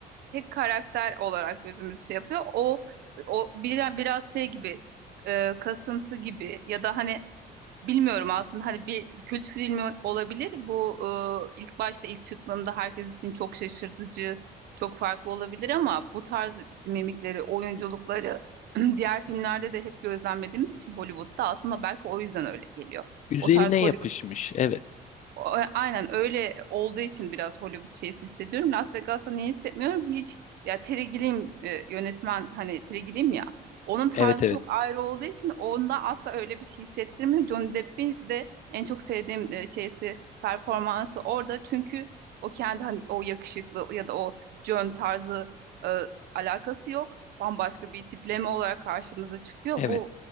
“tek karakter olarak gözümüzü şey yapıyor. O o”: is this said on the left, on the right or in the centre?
Right